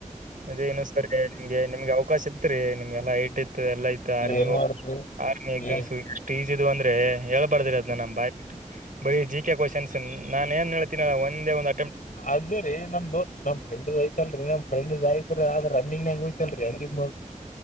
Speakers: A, on the right (about 85°); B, on the left (about 85°).
A: ಅದೇ ನು ಸರಿ ನಿಮ್ಗೆ ನಿಮ್ಗೆ ಅವಕಾಶ ಇತ್ ರೀ ನಿಮ್ಗೆ ಎಲ್ಲಾ ಐಟ ಇತ್ತು ಎಲ್ಲಾ ಇತ್ತು ಆರ್ಮಿಗ್
B: ಏನ್
A: ಹೋಗಿ
B: ಮಾಡತ್ರಿ
A: ಆರ್ಮಿ ಎಕ್ಸಾಮ್ಸು
B: ಏ
A: ಎಷ್ಟು ಈಜ ಇದದುು ಅಂದ್ರೆ ಹೇಳ್ಬಾರ್ದಿ ಅದ್ ನಮ್ ಬಾಯ್ ಬಿಟ್ಟ ಬರೀ ಜಿ ಕೆ ಕ್ವಶನ್ಸ್ ನಾನ ಏನ್ ಹೇಳ್ತೀನಲ್ಲ ಒಂದೇ ಒಂದ
B: ಅದೇ ರೀ ನಮ್ದ ನಮ್ ಫ್ರೆಂಡ ಐತಲ್ರಿ ನ್ ಫ್ರೆಂಡ್್ ಆಯತ್ ಆದ ರನ್ನಿಂಗ್ ನಾಗ ಹಯತಲ್ರಿ ಅಂಗಿಮ್